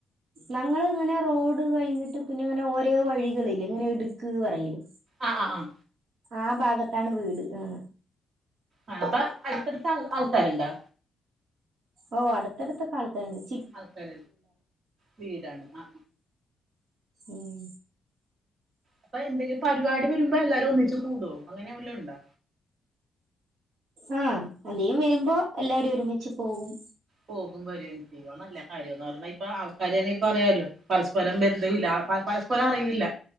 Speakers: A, on the right; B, on the right.
A: ഞങ്ങള് ഇങ്ങനെ റോഡ് കഴിഞ്ഞിട്ട് പിന്നെ ഇങ്ങനെ ഓരോ വഴികളില്ല ഇങ്ങനെ ഇട്ക്ക് പറയില്ലേ
B: ആഹ് ആഹ് ആഹ്
A: ആ ഭാഗത്താണ് വീട് ആ
B: ആ അപ്പ അട്ത്തടുത്ത ആൾക്കാരുണ്ടോ
A: ഓ അടുത്തടുത്ത ആൾക്കാര്ണ്ട് ചി
B: ആൾക്കാര വീടാണ് ആ
A: ഉം
B: അപ്പൊ എന്തങ്കിലും പരിപാടി വരുമ്പോ എല്ലാരും ഒന്നിച്ച്കൂടോ അങ്ങനെല്ലും ഉണ്ടോ
A: ആഹ് എന്തെങ്കി വരുമ്പോ എല്ലാരും ഒരുമിച്ച് പോകും
B: പോകുമ്പോരും എ ചെയ്യോ നല്ല കാര്യംന്ന് പറഞ്ഞാൽ ഇപ്പ ആൾക്കാരന്നെ അ പറിയാലോ പരസ്പരം ബന്ധില്ല പരസ്പരം അറിയില്ല